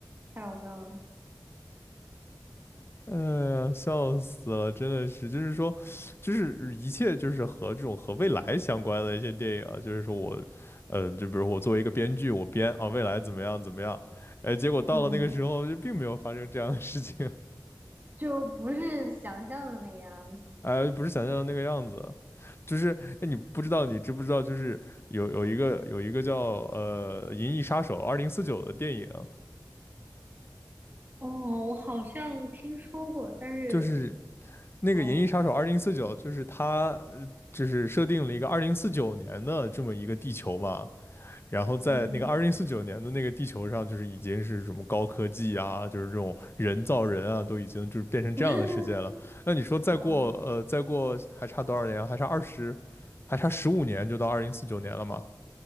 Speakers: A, on the right; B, on the left.
A: 太好笑了。
B: 哎呀，笑死了，真的是，就是说，就是一切就是和这种和未来相关的一些电影啊，就是说我，呃，就比如我作为一个编剧，我编啊未来怎么样怎么样，哎，结果到了那个时候就并没有发生这样的事情，
A: 嗯，就不是想象的那个样子。
B: <laughs> 哎，不是想象的那个样子，就是哎，你不知道你知不知道，就是有有一个有一个叫呃《银翼杀手二零四九》的电影，
A: 哦，我好像听说过，但是
B: 就是那个《银翼杀手二零四九》就是它，
A: 哦，
B: 呃就是设定了一个二零四九年的这么一个地球嘛，然后在那个二零四九年的那个地球上，
A: 嗯
B: 就是已经是什么高科技啊，就是这种人造人啊，都已经就是变成这样的世界了。
A: <laughs>
B: 那你说再过呃再过还差多少年啊还差二十，
A: 嗯
B: 还差十五年就到二零四九年了嘛？